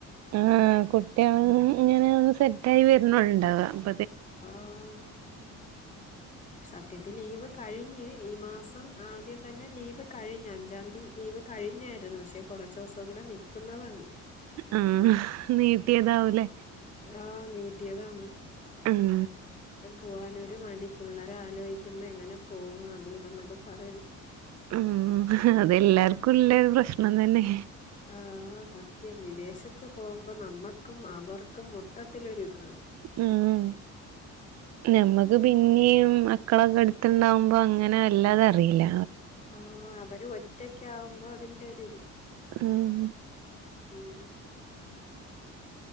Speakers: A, on the right; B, on the left.
A: ആഹ് കുട്ട്യേളും ഇങ്ങനെ സെറ്റായി വരണുണ്ടാവ അപ
B: ആഹ്. സത്യത്തി ലീവ് കഴിഞ്ഞ് ഈ മാസം ആദ്യം തന്നെ ലീവ് കഴിഞ്ഞ് അഞ്ചാംതി ലീവ് കഴിഞ്ഞാരുന്നു പക്ഷെ കൊറച്ചൂസം കൂടെ നിക്കുന്നതാണ്.
A: ആഹ് നീട്ടിയതാവൂലേ.
B: ആഹ് നീട്ടിയതാണ്.
A: ഉം
B: പൂവാനൊരു മടി പുള്ളേരെ അലോയ്ക്കുമ്പോ എങ്ങനെ പോവു അത് ഇതന്നൊക്കെ പറയ
A: ഉം അതെല്ലാർക്കുംല്ല പ്രശ്നം തന്നെ.
B: ആഹ്. ആഹ് സത്യം വിദേശത്ത് പോഉമ്പോ നമ്മക്കും അവർക്കും മൊത്തത്തിലോരിതാണ്.
A: ഉം. ഞമ്മക്ക് പിന്യും മക്കളൊക്കെ എടുത്തണ്ടാവുമ്പോ അങ്ങനെ വല്ലാതെ അറീല്ല.
B: ആഹ് അവര് ഒറ്റക്കാവുമ്പോ അതിന്റെ ഒരിത്.
A: ഉം.
B: ഉം.